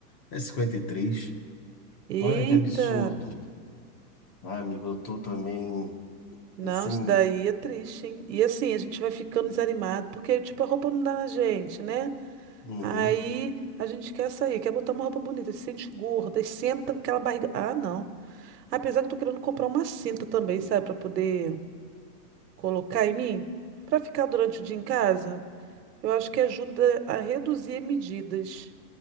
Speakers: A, on the left (about 35°); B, on the right (about 70°).
A: é 53.
B: Eita!
A: Olha que absurdo. Ah, amigo, eu tô também
B: Não,
A: é, sem.
B: isso daí é triste, hein? E assim, a gente vai ficando desanimado, porque, tipo, a roupa não dá na gente, né?
A: Uhum.
B: Aí a gente quer sair, quer botar uma roupa bonita, se sente gorda, aí senta aquela barriga. Ah, não. Apesar que eu tô querendo comprar uma cinta também, sabe, Pra poder colocar em mim, Pra ficar durante o dia em casa. Eu acho que ajuda a reduzir medidas.